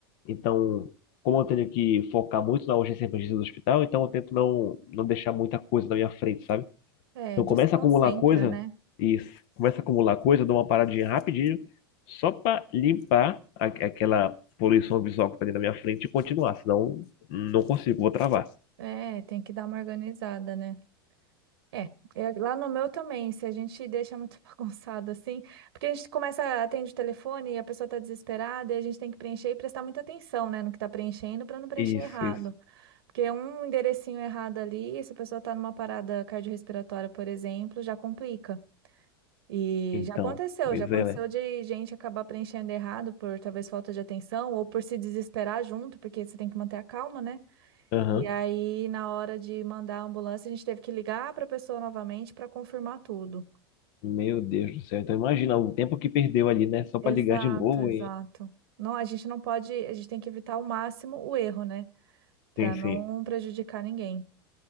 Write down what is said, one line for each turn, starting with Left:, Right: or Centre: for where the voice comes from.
Left: Então, como eu tenho que focar muito na urgência e emergência do hospital, então eu tento não, não deixar muita coisa na minha frente, sabe?
Right: É,
Left: Então,
Right: desconcentra,
Left: começa a acumular coisa,
Right: né?
Left: e começa a acumular coisa, eu dou uma paradinha rapidinho, só para limpar a, aquela poluição visual que tá ali na minha frente e continuar, senão não consigo, vou travar.
Right: É, tem que dar uma organizada, né? É, é, lá no meu também, se a gente deixa muito <laughs> bagunçado assim, porque a gente começa, atende o telefone e a pessoa tá desesperada e a gente tem que preencher e prestar muita atenção, né, no que tá preenchendo para não preencher
Left: Isso,
Right: errado.
Left: isso.
Right: Porque um enderecinho errado ali, se a pessoa tá numa parada cardiorrespiratória, por exemplo, já complica. E
Left: Então,
Right: já aconteceu,
Left: pois
Right: já aconteceu
Left: é, né?
Right: de gente acabar preenchendo errado por talvez falta de atenção ou por se desesperar junto, porque você tem que manter a calma, né?
Left: Aham.
Right: E aí, na hora de mandar a ambulância, a gente teve que ligar para a pessoa novamente para confirmar tudo.
Left: Meu Deus do céu. Então imagina o tempo que perdeu ali, né? Só para
Right: Exato,
Left: ligar de novo
Right: exato. Não, a gente não pode, a gente tem que evitar ao máximo o erro, né? Para
Left: Sim, sim.
Right: não prejudicar ninguém.